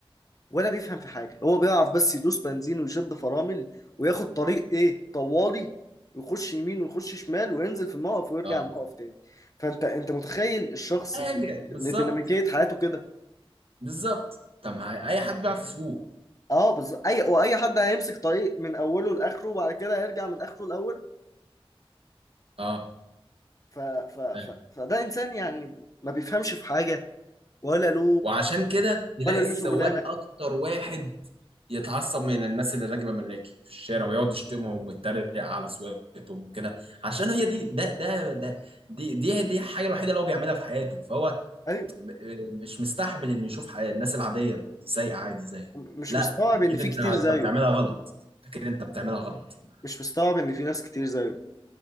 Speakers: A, on the left (about 35°); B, on the right (about 75°).
A: ولا بيفهم في حاجة هو بيعرف بس يدوس بنزين ويشد فرامل وياخد طريق إيه طوالي ويخش يمين ويخش شمال وينزل في الموقف ويرجع
B: اه
A: الموقف تاني فأنت أنت متخيل الشخص
B: حاجه بالظبط
A: اللي ديناميكية حياته كده
B: بالظبط طب مع اي حد بيعرف يسوق
A: اه بالظبط اي واي حد هيمسك طريق من اوله لاخره وبعد كده هيرجع من اخره لاوله
B: اه
A: ف... ف... ف...
B: فاهم.
A: فده انسان يعني ما بيفهمش في حاجه ولا له
B: وعشان كده تلاقي
A: ولا له
B: السواق
A: شغلانه
B: اكتر واحد يتعصب من الناس اللي راكبه ملاكي في الشارع ويقعد يشتمهم ويتريق على سواقتهم وكده عشان
A: اه
B: هي دي ده ده ده دي دي دي الحاجه الوحيده اللي هو بيعملها في حياته فهو
A: ايوه
B: م- مش مستحمل انه يشوف حي- الناس العاديه سايقه عادي زي
A: مش
B: لا
A: مستوعب
B: اكيد
A: ان في
B: انت
A: كتير
B: انت
A: زيه
B: بتعملها غلط اكيد انت بتعملها غلط
A: مش مستوعب ان في ناس كتير زيه